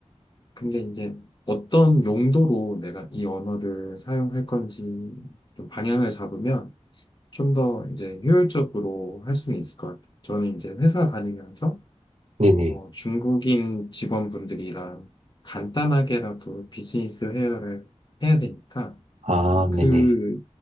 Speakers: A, on the left; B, on the right.
A: 근데 이제 어떤 용도로 내가 이 언어를 사용할 건지 좀 방향을 잡으면 좀 더 이제 효율적으로 할 수는 있을 것 같아요. 저는 이제 회사 다니면서
B: 네네,
A: 어, 중국인 직원분들이랑 간단하게라도 비즈니스 회화를 해야 되니까
B: 아,
A: 그
B: 네네,